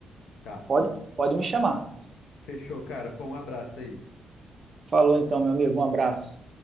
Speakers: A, on the left; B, on the right.
A: Tá.
B: Pode, pode me chamar.
A: Fechou, cara. Pô, um abraço aí.
B: Falou então, meu amigo, um abraço.